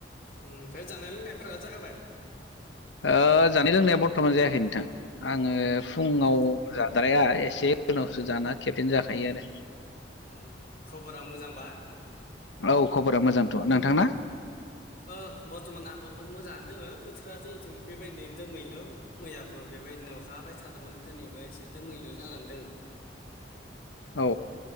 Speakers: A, on the left; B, on the left.
A: ओमफ्राय जानाय लोंनायफोरा जाखाबाय।
B: ओ-जानाय लोंनाया बरथमान जायाखै नोंथां आङो
A: अ
B: फुङाव
A: दे दे
B: जा हाद्राया एसे उनावसो जाना खेबसेनो जाखायो आरो।
A: ओम खबरा मोजांबा।
B: औ खबरा मोजांथ नोंथांना।
A: ओ बरथमान आंबो बहुत मोजाङानो दोङो बोथोरा जोंनिथिं बेबायदिनो दोमैलु। मैयाबो बेबायदिनो अखा हाबाय थादोंमोन दिनैबो एसे दोमैलु जानानै दोङो।
B: औ